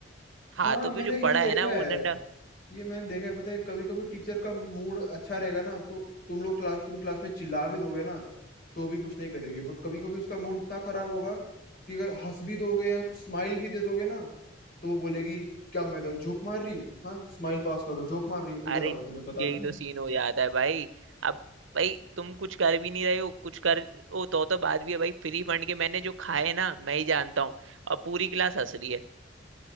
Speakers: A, on the right (about 80°); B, on the left (about 50°).
A: हाथों
B: हाँ मैंने
A: पे जो
B: ये
A: पड़ा
B: देखा
A: है ना
B: है
A: वो डंडा
B: ये मैंने देखा है पता है कभी कभी टीचर का मूड अच्छा रहेगा ना तो तुम लोग क्लास तुम क्लास में चिल्ला भी दोगे ना तो भी कुछ नहीं करेगी बट कभी कभी उसका मूड इतना खराब होगा कि अगर हंस भी दोगे या स्माइल भी दे दोगे ना तो वो बोलेगी क्या मैं इधर जोक मार रही हूँ हाँ स्माइल पास करो जोक मार रही हूँ इधर
A: अरे
B: आओ तुम्हें बताती
A: यही तो
B: हूँ
A: सीन हो जाता है भाई अब भाई तुम कुछ कर भी नहीं रहे हो कुछ कर ओ तो तो बात भी है भाई फ्री फंड के मैंने जो खाए ना मैं ही जानता हूँ और पूरी क्लास हंस रही है